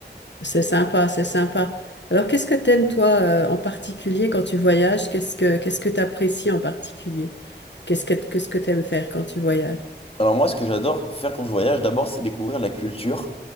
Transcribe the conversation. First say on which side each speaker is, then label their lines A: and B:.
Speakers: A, on the left (about 85°); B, on the left (about 30°).
A: C'est sympa, c'est sympa. Alors, qu'est-ce que t'aimes, toi, euh, en particulier quand tu voyages? Qu'est-ce que qu'est-ce que t'apprécies en particulier? Qu'est-ce que qu'est-ce que t'aimes faire quand tu voyages?
B: Alors moi, ce que j'adore faire quand je voyage, d'abord, c'est découvrir la culture.